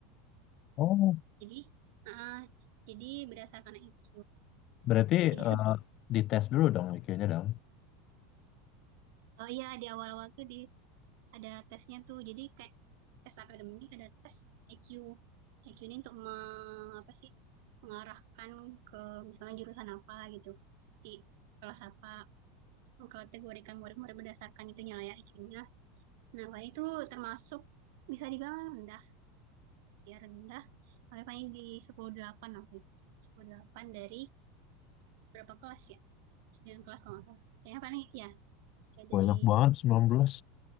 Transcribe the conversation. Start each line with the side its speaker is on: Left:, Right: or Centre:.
Left: Oh,
Right: jadi eh, jadi berdasarkan IQ
Left: berarti
Right: jadi
Left: eh,
Right: se-
Left: dites dulu dong iq dong.
Right: oh iya di awal-awal tuh di ada tesnya tuh jadi kayak tes akademik ada tes IQ IQ ini untuk me- apa sih mengarahkan ke misalnya jurusan apa gitu di kelas apa mengkategorikan murid-murid berdasarkan itunya lah ya IQ-nya nah paling itu termasuk bisa dibilang rendah ya rendah paling paling di sepuluh koma delapan waktu itu sepuluh koma delapan dari berapa kelas ya 9 kelas kalau nggak salah kayaknya paling ya ya dari
Left: Banyak banget 19.